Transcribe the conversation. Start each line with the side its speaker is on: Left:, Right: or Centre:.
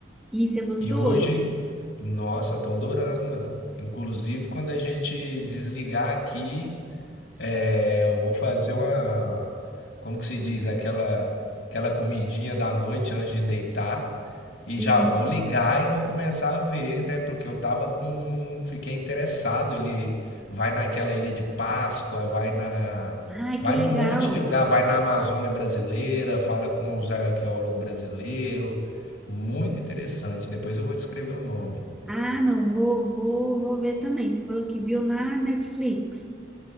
Centre: E você gostou?
Left: e hoje, nossa, tô adorando. Inclusive, quando a gente desligar aqui, é, eu vou fazer uma, como que se diz, aquela aquela comidinha da noite antes de deitar e
Centre: Sim.
Left: já vou ligar e vou começar a ver, né? Porque eu tava com, fiquei interessado, ele vai naquela ilha de Páscoa, vai na
Centre: Ai,
Left: vai
Centre: que legal.
Left: num monte de lugar, vai na Amazônia brasileira, fala com os arqueólogos brasileiros. Muito interessante. Depois eu vou te escrever o nome.
Centre: Ah, não, vou, vou, vou ver também. Você falou que viu na Netflix.